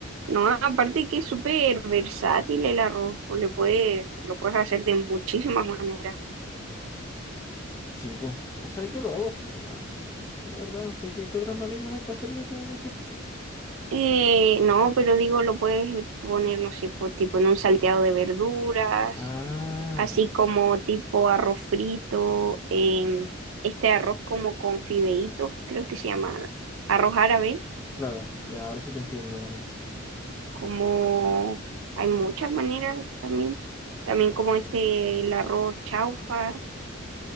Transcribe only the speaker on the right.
No, aparte que es súper versátil el arroz, pues le puedes, lo puedes hacer de muchísimas maneras.
Eh, no, pero digo, lo puedes poner, no sé, pues, tipo en un salteado de verduras,
así como tipo arroz frito, em, este arroz como con fideitos, creo que se llama arroz árabe,
como hay muchas maneras también, también como este, el arroz chaufa,